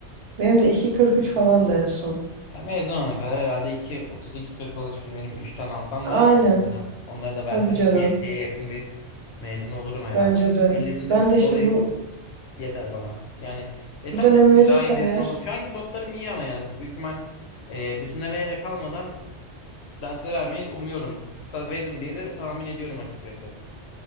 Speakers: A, on the right (about 65°); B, on the left (about 70°).
A: Benim de iki kırk üç falan da en son.
B: Ya mezun olana kadar herhalde iki otuz iki kırk olur. Şimdi benim 3'ten alttan
A: Aynen.
B: var ya bir dönem. Onları da versem
A: Tabii canım.
B: 2.50'ye yakın bir mezun olurum herhalde.
A: Bence
B: 2.50'nin
A: de.
B: de
A: Ben
B: üstü
A: de işte
B: olayım
A: bu
B: yeter bana. Yani e,
A: Bu
B: tabii
A: dönemi
B: kanka
A: verirsem
B: daha iyi mezun
A: eğer
B: olmak. Şu anki notlarım iyi ama yani büyük ihtimal e, bütünlemeye de kalmadan Dersleri vermeyi umuyorum. Ka- Veririm diye de tahmin ediyorum açıkçası.